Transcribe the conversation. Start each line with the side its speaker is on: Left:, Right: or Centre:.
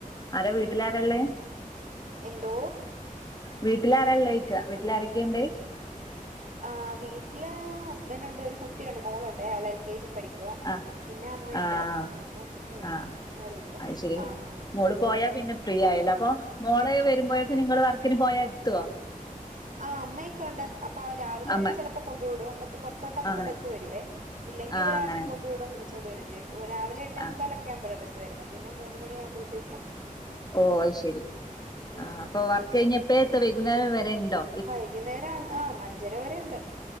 Left: ആരെ വീട്ടിലാരള്ളെ
Right: എന്തോ
Left: വീട്ടിലാരാള്ളോ യ് ക്ക വീട്ടില് ആരൊക്കെയുണ്ട്
Right: ആ വീട്ടില് ഹസ്ബൻറ് ഉണ്ട് ഒരു കുട്ടിയുണ്ട് മോളുണ്ട് അവള എൽ കെ ജി പഠിക്കുവ
Left: ആഹ്
Right: പിന്നെ അമ്മയു
Left: ആഹ്
Right: ണ്ട് എ ഉ
Left: ആഹ്
Right: ആരുല്ല
Left: അത് ശരി
Right: ആ ആ
Left: മോള് പോയാ പിന്നെ ഫ്രീ ആയില്ല അപ്പൊ മോള വരുമ്പോഴൊക്കെ നിങ്ങള് വർക്കിന് പോയാ എത്തുവോ
Right: ആ അമ്മയൊക്കെ ഉണ്ട് അപ്പൊ രാവിലെ
Left: അമ്മ
Right: ഞാൻ ചിലപ്പോ കൊണ്ടു വിടും പുറത്തോട്ടപ്പുറത്ത്
Left: അങ്ങനെ
Right: ബസ് വരുവേ ഇല്ലെങ്കി
Left: ആഹ്
Right: ഇവരരെല്ലും
Left: അങ്ങനെ
Right: കൊണ്ടു വിടും വിളിച്ചോണ്ട് വരുകയും ചെയ്യും രാവില എട്ടേ
Left: ആഹ്
Right: മുക്കാലൊക്കെ ആകുമ്പഴാണ് ബസ് വരുന്നത് പിന്നെ മൂന്ന് മണിആകുമ്പഴ ത്തേ ക്കും
Left: ഓ ശരി ആ
Right: ഉം
Left: അപ്പൊ വർക്ക് കഴിഞ്ഞപ്പോ എത്ര വൈകുന്നേരം വരെ ഉണ്ടോ
Right: വൈകുന്നേരം ആ അഞ്ചര വരെ ഉണ്ട്